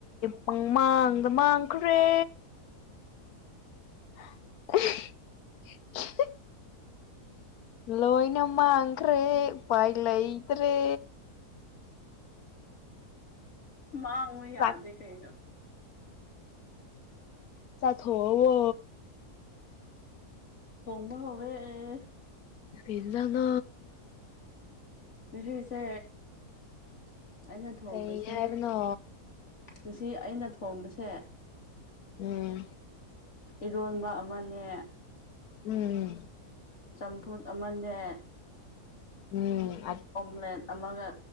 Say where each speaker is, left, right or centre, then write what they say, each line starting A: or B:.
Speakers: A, on the left; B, on the left.
A: ꯄꯪꯃꯥꯡꯗ ꯃꯥꯡꯈ꯭ꯔꯦ <unintelligible> ꯂꯣꯏꯅ ꯃꯥꯡꯈ꯭ꯔꯦ ꯎꯄꯥꯏ ꯂꯩꯇ꯭ꯔꯦ
B: ꯃꯥꯡ ꯎ ꯌꯥꯗꯦ
A: ꯆꯥꯛ
B: ꯀꯩꯅꯣ
A: ꯆꯥꯛ ꯊꯣꯡꯉꯕꯣ
B: ꯊꯣꯡꯕ ꯍꯧꯔꯦ ꯑꯦ
A: ꯀꯔꯤ ꯢꯟꯁꯥꯡ ꯅꯣ
B: ꯉꯁꯤꯁꯦ ꯑꯩꯅ ꯊꯣꯡꯕꯁꯦ
A: ꯀꯩ ꯍꯥꯏꯕꯅꯣ
B: ꯉꯁꯤ ꯑꯩꯅ ꯊꯣꯡꯕꯁꯦ
A: ꯎꯝ
B: ꯏꯔꯣꯟꯕ ꯑꯃꯅꯦ
A: ꯎꯝ
B: ꯆꯝꯐꯨꯠ ꯑꯃꯅꯦ
A: ꯎꯝ ꯑ
B: ꯑꯣꯝꯂꯦꯠ ꯑꯃꯒ